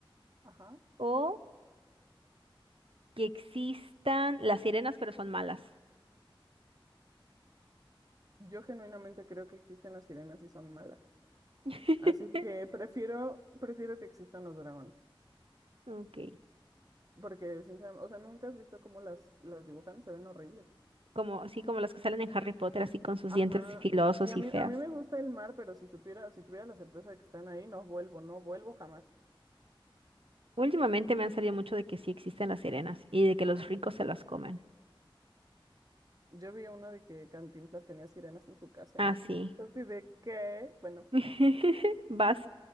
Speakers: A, on the right (about 40°); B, on the right (about 80°).
A: Ajá.
B: o que existan las sirenas, pero son malas?
A: Yo genuinamente creo que existen las sirenas y son malas.
B: <laughs>
A: Así que prefiero, prefiero que existan los dragones.
B: Ok,
A: Porque, sinceramente, o sea, nunca has visto cómo las, las dibujan, se ven horribles.
B: como así como las que salen en Harry Potter, así con sus
A: Ajá.
B: dientes filosos
A: Y a
B: y
A: mí,
B: feas.
A: a mí me gusta el mar, pero si supiera, si tuviera la certeza de que están ahí, no vuelvo, no vuelvo jamás.
B: Últimamente me han salido mucho de que sí existen las sirenas y de que los ricos se las comen.
A: Yo vi una de que Cantinflas tenía sirenas en su casa
B: Ah,
A: y no
B: sí.
A: sé. Entonces, ¿de qué? Bueno,
B: <laughs> Vas,